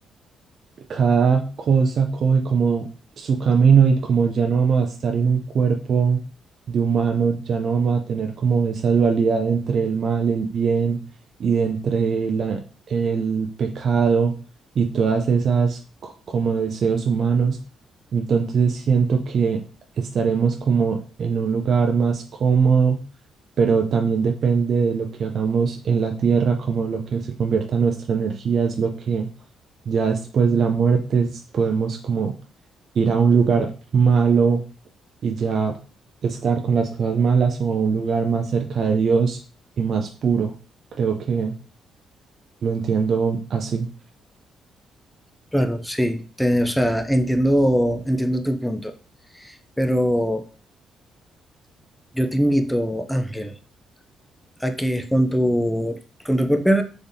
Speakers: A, on the right; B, in the centre.
A: cada cosa coge como su camino y como ya no vamos a estar en un cuerpo de humano, ya no vamos a tener como esa dualidad entre el mal, el bien y de entre la- el pecado y todas esas co- como deseos humanos. Entonces siento que estaremos como en un lugar más cómodo, pero también depende de lo que hagamos en la tierra, como lo que se convierta en nuestra energía es lo que ya después de la muerte es- podemos como ir a un lugar malo y ya estar con las cosas malas o a un lugar más cerca de Dios y más puro. Creo que lo entiendo así.
B: Claro, sí, te- o sea, entiendo, entiendo tu punto, pero yo te invito, Ángel, a que es con tu, con tu propia,